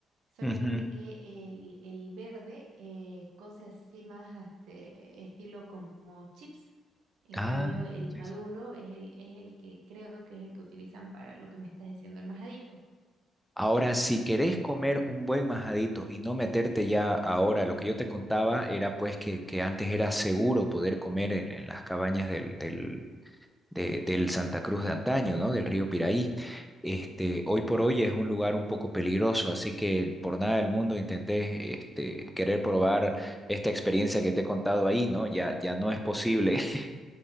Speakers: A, on the right; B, in the centre.
A: solamente
B: Ujú.
A: que el, el verde eh, cose así más este, estilo como chips. En
B: Ah,
A: cambio, el maduro
B: ya sé.
A: es el, es el que creo que es el que utilizan para lo que me estás diciendo, el majadito.
B: ahora, si querés comer un buen majadito y no meterte ya ahora, lo que yo te contaba era pues que, que antes era seguro poder comer en, en las cabañas del, del, de- del Santa Cruz de antaño, ¿no? Del río Piraí. Este, hoy por hoy es un lugar un poco peligroso, así que por nada del mundo intenté este, querer probar esta experiencia que te he contado ahí, ¿no? Ya, ya no es posible, <laughs>